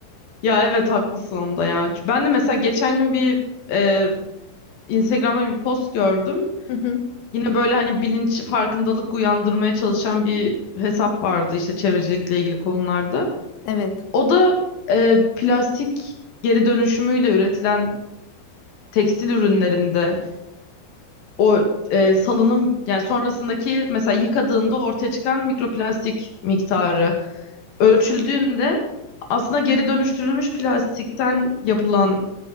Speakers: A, on the left; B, on the left.
A: ya evet haklısın onda ya. Ben de mesela geçen gün bir e, Instagram'da bir post gördüm.
B: Hı hı,
A: Yine böyle hani bilinç farkındalık uyandırmaya çalışan bir hesap vardı işte çevrecilikle ilgili konularda.
B: Evet.
A: O da e, plastik geri dönüşümüyle üretilen tekstil ürünlerinde o e, salınım yani sonrasındaki mesela yıkadığında ortaya çıkan mikroplastik miktarı ölçüldüğünde aslında geri dönüştürülmüş plastikten yapılan